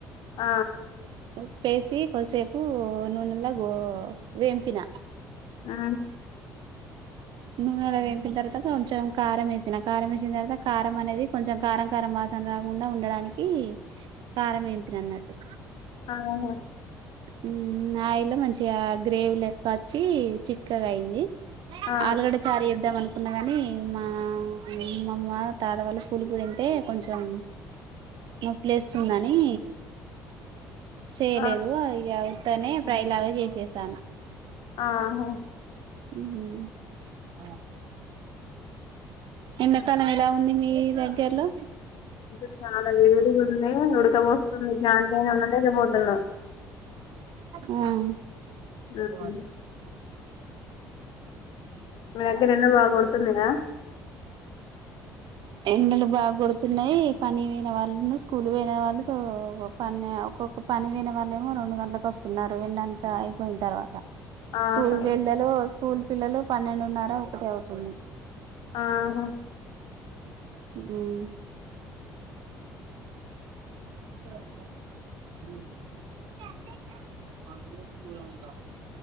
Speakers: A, on the left (about 60°); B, on the right (about 60°).
A: ఆ
B: ఉప్పు వేసి కొసేపు కు నూనెలా గో వేంపిన
A: ఆ
B: నూనే లో వేంపిన తర్వాత కొంచెం కారం వేసిన కారం వేసిన తర్వాత కారం అనేది కొంచెం కారం కారం వాసన రాకుండా ఉండడానికి కారం ఎంపిన అన్నట్టు
A: ఆహా
B: హ్మ్ ఆయిల్లో మంచిగా గ్రేవీ లెక్క వచ్చి చిక్కగా అయింది
A: ఆ
B: ఆలుగడ్డ చారు చేద్దామన కున్నా గాని మా అమామ్మ తాతా వాళ్ళు పూలుపు తింటే కొంచెం నొప్పిలేస్తుంది అని చేయలేదు
A: ఆ
B: అవుతనే ఫ్రై లాగా చేసేసాను
A: ఆహ
B: ఉమ్ హు ఎండాకాలం ఎలా ఉంది మీ దగ్గర్లో
A: ఇంకా చాలా వేడిగుంది ఉడకపోస్తుంది ఫ్యాన్లోనే ఉండలేకపోతున్నాం
B: ఉమ్
A: ఉమ్
B: ఉ
A: మీ దగ్గర ఎండ బాగా కొడుతున్నాద
B: ఎండలు బాగా కొడుతున్నాయి పని పోయిన వాళ్ళను స్కూల్ పోయిన వాళ్ళు ప ఒక్కొక్క పని పోయిన వాళ్ళ ఏమో రెండు గంటలకు వస్తున్నారు ఎండంతా అయిపోయిన తర్వాత
A: ఆహా
B: స్కూల్ పోయిడే వొళ్ళు స్కూల్ పిల్లలు పన్నెండున్నార ఒకటి అవుతుంది
A: ఆహ
B: ఉమ్ <inaudible>